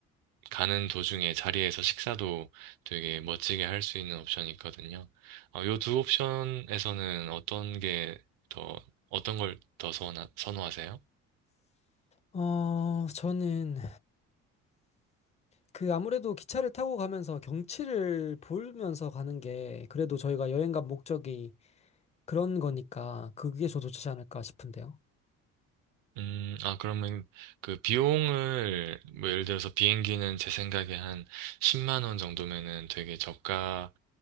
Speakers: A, on the right; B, on the left.
A: 가는 도중에 자리에서 식사도 되게 멋지게 할 수 있는 옵션이 있거든요. 어, 요 두 옵션에서는 어떤 게 더, 어떤 걸 더 선호하세요?
B: 어, 저는 그 아무래도 기차를 타고 가면서 경치를 보면서 가는 게 그래도 저희가 여행 간 목적이 그런 거니까 그게 더 좋지 않을까 싶은데요.
A: 음, 아, 그러면 그 비용을, 뭐 예를 들어서 비행기는 제 생각에 한 10만 원 정도면은 되게 저가